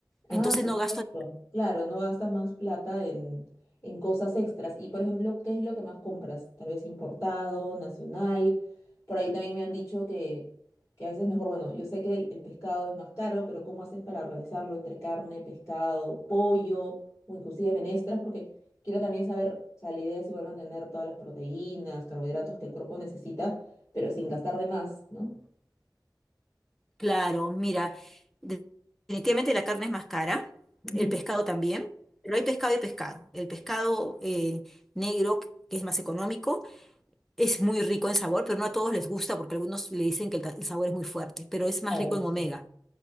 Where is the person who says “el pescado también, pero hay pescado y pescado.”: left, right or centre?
Centre